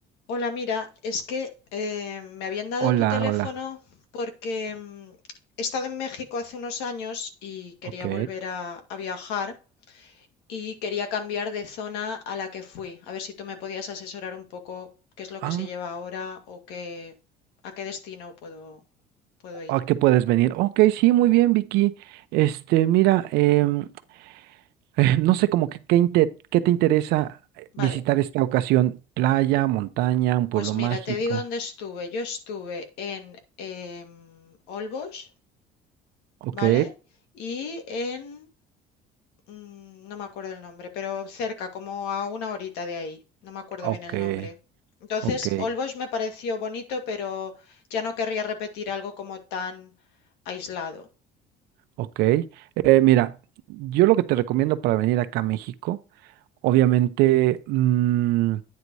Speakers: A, on the left (about 80°); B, on the right (about 70°).
A: Hola, mira, es que eh, me habían dado
B: Hola,
A: tu teléfono
B: hola.
A: porque mm, he estado en México hace unos años y quería
B: Ok.
A: volver a, a viajar y quería cambiar de zona a la que fui. A ver si tú me podías asesorar un poco qué es lo
B: Ah,
A: que se lleva ahora o qué, a qué destino puedo, puedo ir.
B: ¿a qué puedes venir? Ok, sí, muy bien, Vicky. Este, mira, em, <laughs> eh, no sé como que qué, inte- qué te interesa eh,
A: Vale,
B: visitar esta ocasión. Playa, montaña, un pueblo
A: pues
B: mágico.
A: mira, te digo dónde estuve. Yo estuve en em, Olbos,
B: Ok,
A: ¿vale? Y en mm, no me acuerdo el nombre, pero cerca, como a una horita de ahí. No me acuerdo
B: ok,
A: bien el nombre. Entonces,
B: ok,
A: Olbosch me pareció bonito, pero ya no querría repetir algo como tan aislado.
B: ok. Eh, mira, yo lo que te recomiendo para venir acá a México. Obviamente, mm,